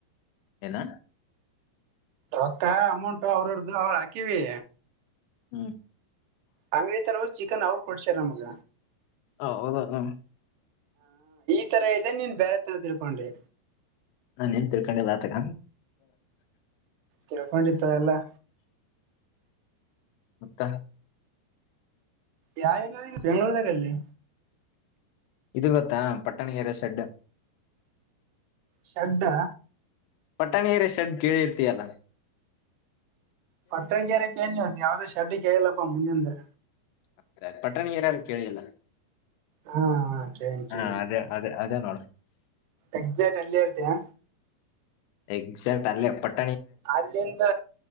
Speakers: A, on the left; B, on the right.
A: ಏನು
B: ರಕ್ಕ ಅಮೌಂಟ್ ಅವರದ್ದು ಅವ್ರ ಹಾಕಿವಿ
A: ಹ್ಮ
B: ಆಂಗ್ರಿತರೋರ್ ಚಿಕನ್ ಅವ್ರ ಕೊಡ್ಸ್ಯಾರ್ ನಮುಗ.
A: ಹೌದಾನೂ
B: ಈ ತರ ಇದೆ ನೀನ್ ಬ್ಯಾರೆ ತರ ತಿಳ್ಕೊಂಡಿ.
A: ನಾನ್ ಎನ್ ತಿಳ್ಕೊಂಡಿಲ್ಲ ಆತಗ
B: ತಿಳ್ಕೊಂಡಿತೋ ಎಲ್ಲಾ.
A: ಮತ್ತ.
B: ಯಾ ಏರಿಯ ಬೆಂಗಳೂರಗಲ್ಲಿ.
A: ಇದು ಗೊತ್ತಾ ಪಟ್ಟಣಗೆರೆ ಸೆಡ್.
B: ಶೆಡ್ಡಾ.
A: ಪಟ್ಟಣಗೆರೆ ಶೆಡ್ಡ ಕೇಳ ಇರ್ತಿಯಲ್ಲ.
B: ಪಟ್ಟಣಗೆರೆ ಕೇಳಿನಿ ಅದು ಯಾವದೋ ಶೆಡ್ಡ ಕೇಳಿಲ್ಲಪಾ ಮುಂದಿದ.
A: ಅಂದ್ರೆ ಪಟ್ಟಣಗೆರೆರಾ ಕೇಳಿ ಇಲ್ಲ.
B: ಹಾ ಕೇಳಿನಿ
A: ಹಾ
B: ಕೇಳಿನಿ
A: ಅದೇ ಅದೇ ಅದೇ ನೋಡ.
B: ಎಕ್ಸಾಕ್ಟ್ ಅಲ್ಲೆ ಇರ್ತೀಯ.
A: ಎಕ್ಸಾಕ್ಟ್ ಅಲ್ಲೆ ಪಟ್
B: ಅಲ್ಲಿಂದ